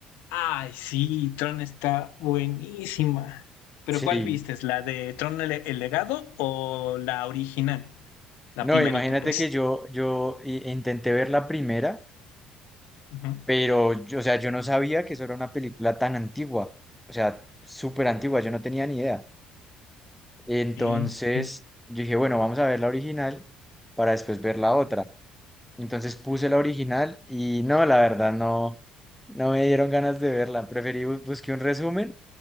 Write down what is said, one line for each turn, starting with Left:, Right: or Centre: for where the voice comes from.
Left: Ay, sí, Tron está buenísima. Pero
Centre: Sí.
Left: ¿cuál viste? ¿La de Tron el, el legado o la original? La
Centre: No,
Left: primerita,
Centre: imagínate
Left: pues.
Centre: que yo, yo i- intenté ver la primera.
Left: Ujú.
Centre: Pero, yo- o sea, yo no sabía que eso era una película tan antigua, o sea, súper antigua, yo no tenía ni idea. Entonces,
Left: Sí, sí,
Centre: yo dije, bueno, vamos a ver la original para después ver la otra. Entonces puse la original y no, la verdad, no, no me dieron ganas de verla. Preferí bus- busqué un resumen,